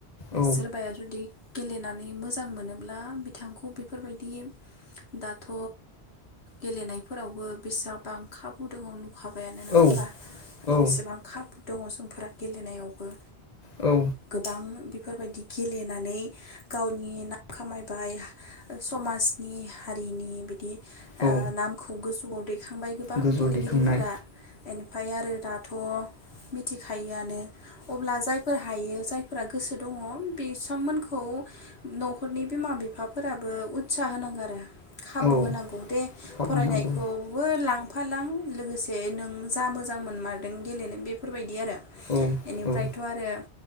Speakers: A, on the left; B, on the left.
A: औ
B: सोरबाया जुदि गेलेनानै मोजां मोनोब्ला बिथांखौ बेफोरबायदि दाथ' गेलेनायफोरावबो बेसा बां खाबु दङ नु खाबायानो नोङा
A: औ
B: होमबा
A: औ
B: बेसेबां खाबु दङ जों फोरा गेलेनायावबो
A: औ
B: गोबां बेफोरबायदि गेलेनानै गावनि नाम खामायबाय समाजनि हारिनि बिदि
A: औ
B: ओ नामखौ गोजौ आव दै खांबाय गोबां
A: गोजौ
B: गेलेगिरिफोरा
A: दैखांनाय
B: एनि फाय आरो दाथ' मिथिखायोआनो अब्ला जायफोर हायो जायफोरा गोसो दङ बिसांमोनखौ न'खरनि बिमा बिफाफोराबो उत्साह होनांगो आरो। खाबु
A: औ
B: होनांगौ दे
A: खाबु
B: फरायनायखौबो
A: होनांगौ
B: लां फालां लोगोसे नों जा मोजां मोनमारदों गेलेनो बेफोरबायदि आरो।
A: औ
B: एनिफ्रायथ'
A: औ
B: आरो